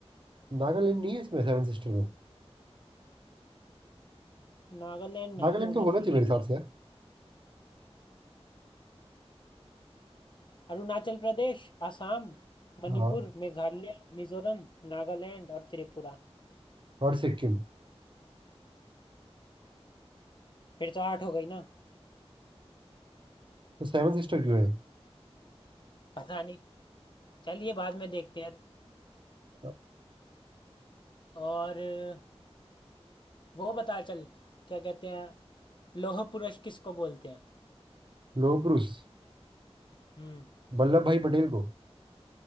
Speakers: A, on the right; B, on the left.
A: नागालैंड नहीं है इसमें सेवन सिस्टर में
B: नागालैंड नहीं
A: नागालैंड
B: होना
A: तो
B: चाहिए
A: होना चाहिए
B: शायद
A: मेरे हिसाब से यार
B: अरुणाचल प्रदेश आसाम मणिपुर
A: हाँ
B: मेघालय मिजोरम नागालैंड और त्रिपुरा
A: और सिक्किम
B: फिर तो आठ हो गई ना
A: तो सेवन सिस्टर क्यों है
B: पता नहीं चलिए बाद में देखते हैं
A: लोह
B: और अ, वो बता चल क्या कहते हैं लौह पुरुष किसको बोलते हैं
A: पुरुष
B: हम्म
A: वल्लभ भाई पटेल को